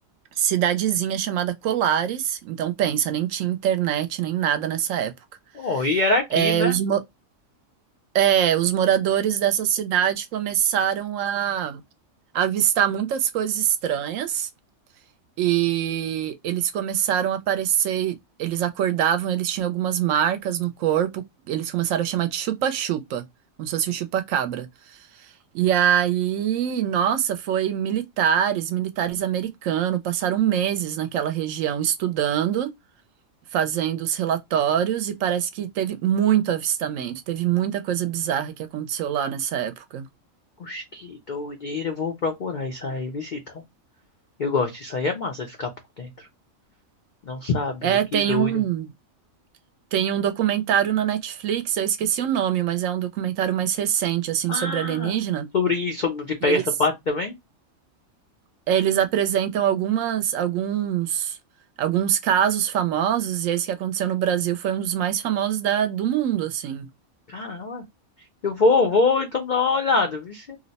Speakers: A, on the right; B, on the left.
A: cidadezinha chamada Colares. Então, pensa, nem tinha internet, nem nada nessa época.
B: Oh, e era aqui,
A: É,
B: né?
A: os É, os moradores dessa cidade começaram a a avistar muitas coisas estranhas e eles começaram a aparecer. Eles acordavam, eles tinham algumas marcas no corpo, eles começaram a chamar de chupa-chupa, como se fosse o chupa-cabra. E aí, nossa, foi militares, militares americanos, passaram meses naquela região estudando. Fazendo os relatórios e parece que teve muito avistamento, teve muita coisa bizarra que aconteceu lá nessa época.
B: Oxe, que doideira. Eu vou procurar isso aí, vixe, então. Eu gosto, isso aí é massa, ficar por dentro. Não sabia,
A: É,
B: que
A: tem
B: doido.
A: um, tem um documentário na Netflix, eu esqueci o nome, mas é um documentário mais recente, assim,
B: Ah,
A: sobre alienígena.
B: sobre isso, sobre te pegar
A: E eles,
B: essa parte também?
A: eles apresentam algumas, alguns, alguns casos famosos, e esse que aconteceu no Brasil foi um dos mais famosos da, do mundo, assim.
B: Caramba. Eu vou, vou, então dar uma olhada, vixe.